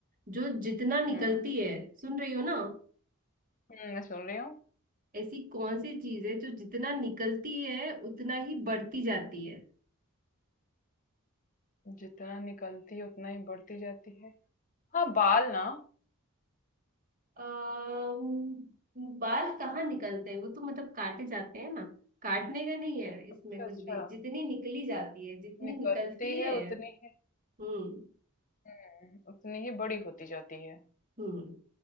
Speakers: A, on the right; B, on the left.
A: जो जितना निकलती
B: हम्म
A: है सुन रही हो ना
B: हम्म, मैं सुन रही हूँ
A: ऐसी कौन सी चीज है जो जितना निकलती है उतना ही बढ़ती जाती है
B: जितना निकलती है उतना ही बढ़ती जाती है हाँ बाल ना
A: अम्म, बाल कहाँ निकलते हैं वो तो मतलब काटे जाते हैं ना काटने का नहीं है इसमें
B: अच्छा
A: कुछ
B: अच्छा
A: भी जितनी निकली जाती है जितनी
B: निकलती
A: निकलती
B: है
A: है
B: उतनी ही
A: हम्म
B: हम्म, उतनी ही बड़ी होती जाती है
A: हम्म